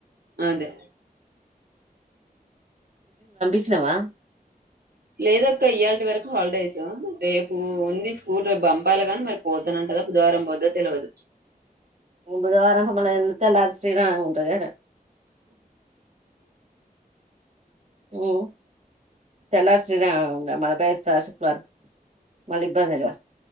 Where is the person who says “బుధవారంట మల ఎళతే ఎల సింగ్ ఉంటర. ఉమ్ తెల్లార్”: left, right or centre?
Right